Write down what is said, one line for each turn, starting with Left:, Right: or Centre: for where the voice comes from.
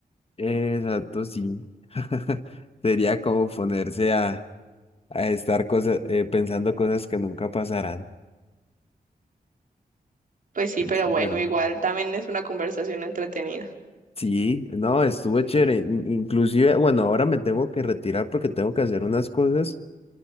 Left: Exacto, sí. <laughs> Sería como ponerse a, a estar cosas, eh, pensando cosas que nunca pasarán.
Right: Pues sí,
Left: Eso
Right: pero bueno,
Left: es verdad.
Right: igual también es una conversación entretenida.
Left: Sí, no, estuvo chévere. in- Inclusive, bueno, ahora me tengo que retirar porque tengo que hacer unas cosas,